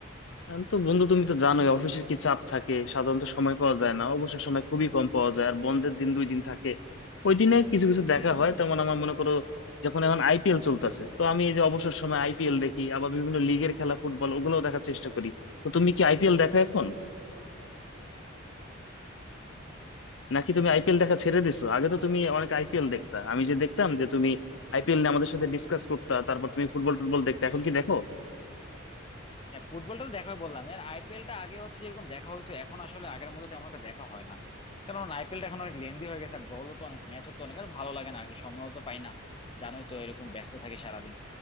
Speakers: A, on the left (about 70°); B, on the left (about 25°).
A: আম তো বন্ধু তুমি তো জানোই অফিসের কি চাপ থাকে সাধারণত সময় পাওয়া যায় না অবসর সময় খুবই কম পাওয়া যায় আর বন্ধের দিন দুই দিন থাকে ওই দিনে কিছু কিছু দেখা হয় তেমন আমার মনে করো যখন এখন আইপিএল চলতেছে তো আমি এই যে অবসর সময় আইপিএল দেখি আবার বিভিন্ন লিগের খেলা ফুটবল ওগুলোও দেখার চেষ্টা করি তো তুমি কি আইপিএল দেখো এখন নাকি তুমি আইপিএল দেখা ছেড়ে দিছো আগে তো তুমি অনেক আইপিএল দেখতা আমি যে দেখতাম যে তুমি আইপিএল নিয়ে আমাদের সাথে ডিসকাস করতা তারপর তুমি ফুটবল টুটবল দেখতে এখন কি দেখো
B: হ্যাঁ ফুটবলটা তো দেখাই বললাম আর আইপিএলটা আগে হচ্ছে যেরকম দেখা হইতো এখন আসলে আগের মতো তেমন একটা দেখা হয় না কারণ আইপিএলটা এখন অনেক লেন্দি হয়ে গেছে আর দলও তো অনেক ম্যাচও তো অনেক আর ভালো লাগে না আর কি সময়ও তো পাই না জানোই তো এরকম ব্যস্ত থাকে সারাদিন